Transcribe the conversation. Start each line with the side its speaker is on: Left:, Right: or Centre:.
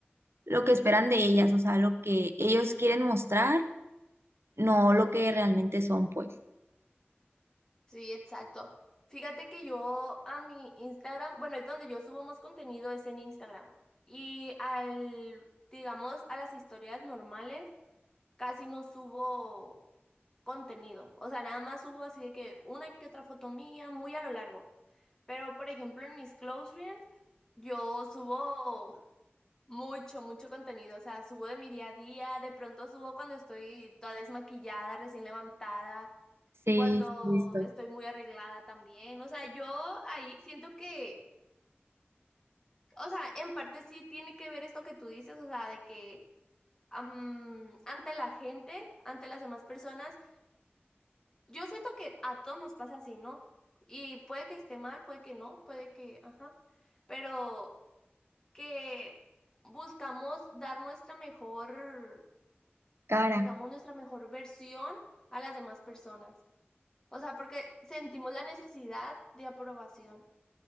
Right: lo que esperan de ellas, o sea, lo que ellos quieren mostrar, no lo que realmente son, pues.
Left: Sí, exacto. Fíjate que yo a mi Instagram, bueno, es donde yo subo más contenido, es en Instagram. Y al, digamos, a las historias normales, casi no subo contenido. O sea, nada más subo así de que una que otra foto mía, muy a lo largo. Pero, por ejemplo, en mis close friends, yo subo mucho, mucho contenido. O sea, subo de mi día a día, de pronto subo cuando estoy toda desmaquillada, recién levantada
Right: Sí,
Left: cuando
Right: listo.
Left: estoy muy arreglada también. O sea, yo ahí siento que, o sea, en parte sí tiene que ver esto que tú dices, o sea, de que am, ante la gente, ante las demás personas, yo siento que a todos nos pasa así, ¿no? Y puede que esté mal, puede que no, puede que, ajá, pero que buscamos dar nuestra mejor,
Right: Cara.
Left: digamos, nuestra mejor versión a las demás personas. O sea, porque sentimos la necesidad de aprobación.